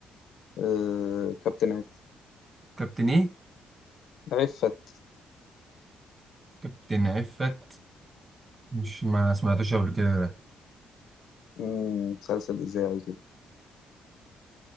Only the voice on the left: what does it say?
آه، كابتن عف
عفت
مم، مسلسل إذاعي كده